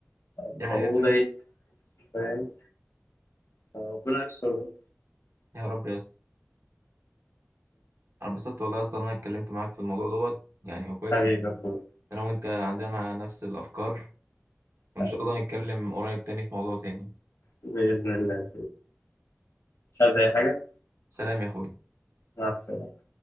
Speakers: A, on the right; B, on the left.
A: دي
B: تطوره
A: حقيقة فعلا
B: ده فاهم ربنا يستر بقى.
A: يا رب يا اسطى انا انبسطت والله يا اسطى ان انا اتكلمت معاك في الموضوع دوت يعني وكويس
B: حبيبي
A: ان
B: يا اخويا
A: انا وانت عندنا نفس الافكار وان
B: حبيبي.
A: شاء الله نتكلم قريب تاني في موضوع تاني
B: بإذن الله مش عايز أي حاجة
A: سلام يا اخوي
B: مع السلامة